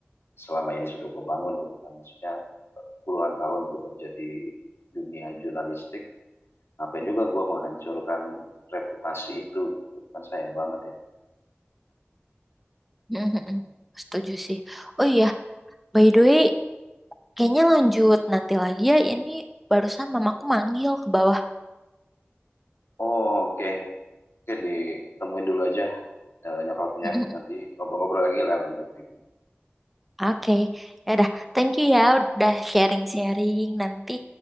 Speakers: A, on the left (about 70°); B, in the centre.
A: selama ini sudah gue bangun gitu kan maksudnya puluhan tahun bekerja di dunia jurnalistik ngapain juga gue menghancurkan reputasi itu gitu kan sayang banget ya
B: <laughs> Setuju sih. Oh iya, By the way, kayaknya lanjut nanti lagi ya. Ini barusan mamaku manggil ke bawah.
A: oh oke oke ditemuin dulu aja eh, nyokapnya
B: <laughs>
A: nanti ngobrol-ngobrol lagi lah lanjut lagi
B: Oke, ya udah. Thank you ya udah sharing-sharing. Nanti